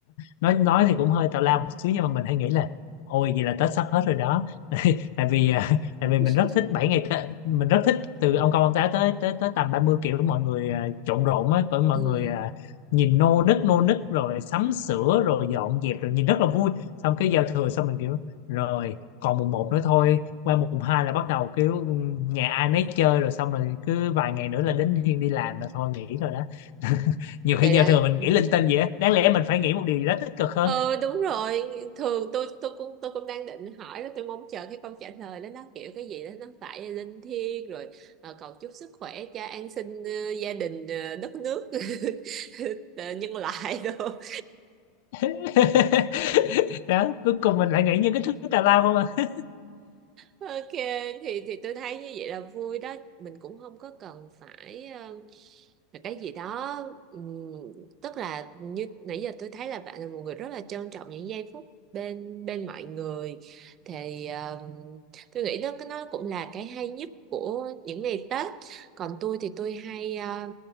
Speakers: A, on the left (about 70°); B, on the right (about 40°).
A: nói nói thì cũng hơi tào lao một xíu nhưng mà mình hay nghĩ là ôi vậy là Tết sắp hết rồi đó <laughs> tại vì à, tại
B: <laughs>
A: vì mình rất thích bảy ngày Tết mình rất thích từ ông công ông táo tới tới tới tầm ba mươi kiểu mọi người à, trộn rộn á cỡ mọi
B: Ừ.
A: người à, nhìn nô nức nô nức rồi sắm sửa rồi dọn dẹp rồi nhìn rất là vui xong cái giao thừa xong mình kiểu rồi còn mùng một nữa thôi qua mùng 2 là bắt đầu kiểu ừ, nhà ai nấy chơi rồi xong rồi cứ vài ngày nữa là đến thiên đi làm là thôi nghỉ rồi đó <laughs> nhiều khi
B: Vậy
A: giao
B: là
A: thừa mình
B: ừ.
A: nghĩ linh tinh vậy á đáng lẽ mình phải nghĩ một điều gì đó tích cực hơn
B: Ờ đúng rồi, thường tôi tôi cũng tôi cũng đang định hỏi đó, tôi mong chờ cái câu trả lời đó nó kiểu cái gì đó nó phải linh thiêng rồi ờ, cầu chúc sức khỏe cho an sinh ờ, gia đình ờ, đất nước <laughs> ờ, nhân loại đồ. <laughs>
A: <laughs> đó cuối cùng mình lại nghĩ những cái thứ tào lao không à.
B: Ok thì thì tôi thấy như vậy là vui đó mình cũng không có cần phải ờ, là cái gì đó ừm, tức là như nãy giờ tôi thấy là bạn là một người rất là trân trọng những giây phút bên bên mọi người thì ờ, tôi nghĩ đó cái nó cũng là cái hay nhất của những ngày Tết còn tôi thì tôi hay ờ,